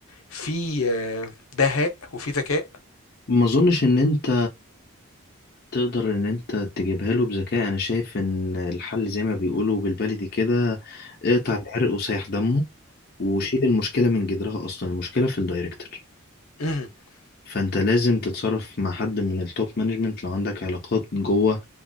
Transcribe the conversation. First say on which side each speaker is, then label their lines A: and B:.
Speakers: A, on the left; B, on the left.
A: في آه، دهاء وفي ذكاء
B: ما اظنش ان انت تقدر ان انت تجيبها له بذكاء انا شايف ان الحل زي ما بيقولوا بالبلدي كده اقطع العرق وسايح دمه وشيل المشكلة من جذرها أصلا المشكلة في الدايركتور
A: <laughs>
B: فأنت لازم تتصرف مع حد من التوب مانجمنت لو عندك علاقات جوه